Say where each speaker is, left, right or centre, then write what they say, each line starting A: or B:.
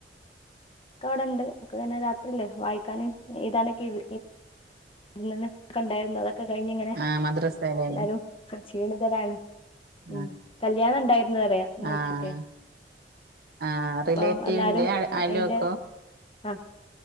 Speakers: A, on the left; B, on the right.
A: ക്കെവ്ട്ണ്ട് ഓക്ക് പിന്നെ രാത്രിയ്ല്ലേ വായ്ക്കാനും എയ്താനൊക്കെത് ഇല്ലന്നെ കണ്ടായ്ര്ന്ന് അതൊക്കെ കയ്ഞ്ഞ് ങ്ങനെ
B: ആഹ് മദ്രസയിലല്ലേ
A: ല്ലാരും പ്പംക്ഷീണിതരാണ് ഉം
B: ആഹ്
A: കല്ല്യാണോണ്ടാരുന്ന് പറയാ ഇന്നുച്ചക്കെ
B: ആഹ് ആഹ് റിലേറ്റീവിന്റെ
A: പ്പോംല്ലാരും
B: അയൽവക്കോ
A: അയിന്റെ ആഹ്